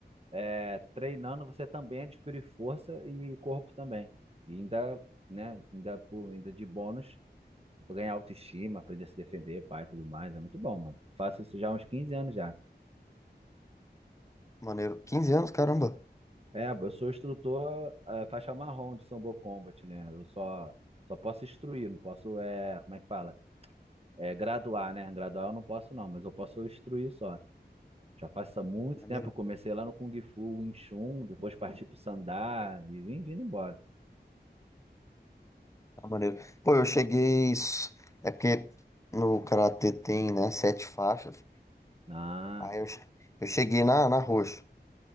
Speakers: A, on the right; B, on the left.
A: É, treinando, você também adquire força e corpo também. E ainda, né, ainda, por, ainda de bônus, ganhar autoestima, aprender a se defender, pai e tudo mais. É muito bom, mano. Faço isso já há uns 15 anos já.
B: Maneiro. quinze anos, caramba.
A: É, eu sou instrutor, eh, faixa marrom de Sambo Combat, né? Eu só, só posso instruir, não posso, é, como é que fala? É, graduar, né? Graduar eu não posso, não, mas eu posso instruir só. Já faço há muito
B: Maneiro.
A: tempo, eu comecei lá no Kung Fu, Wing Chun, depois parti pro Sandá e vim vindo embora.
B: Tá maneiro. Pô, eu cheguei. s- É porque no karatê tem, né, sete faixas.
A: Ah,
B: Aí eu, che- eu cheguei na, na roxa.